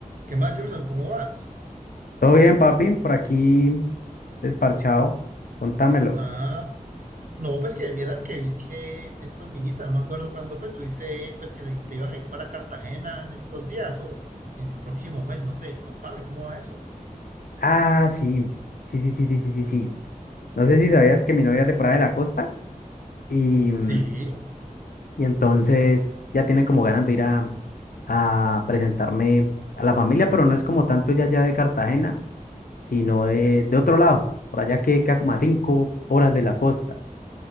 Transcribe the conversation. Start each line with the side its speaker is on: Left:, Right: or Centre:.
Right: ¿Qué más, Jordan? ¿Cómo vas?
Left: Todo bien, papi, por aquí desparchado. Contámelo.
Right: Ah, no, pues que vieras que vi que estos días, no me acuerdo cuándo fue, subiste, pues que te ibas a ir para Cartagena en estos días o en el próximo mes, no sé, contame, ¿cómo va eso?
Left: Ah, sí. Sí, sí, sí, sí, sí, sí, sí. No sé si sabías que mi novia es de por ahí de la costa y, mm,
Right: Sí,
Left: y entonces ya tiene como ganas de ir a, a presentarme a la familia, pero no es como tanto ella ya de Cartagena, sino de, de otro lado, por allá que queda como a cinco horas de la costa.